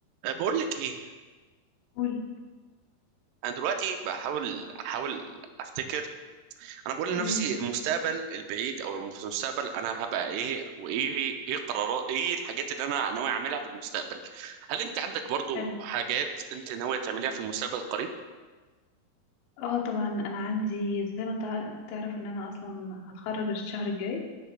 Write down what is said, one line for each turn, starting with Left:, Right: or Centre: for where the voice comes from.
Right: أه، بقول لك ايه
Left: قول
Right: انا دلوقتي بحاول احاول افتكر انا بقول لنفسي
Left: امم
Right: المستقبل البعيد او المستقبل انا هبقى ايه وايه ايه قرارات ايه الحاجات اللي انا ناوي اعملها في المستقبل هل انت عندك برضو
Left: حلو
Right: حاجات انت ناوي تعمليها في المستقبل القريب
Left: اه طبعا انا عندي زي ما انت ع- تعرف ان انا اصلا هتخرج الشهر الجاي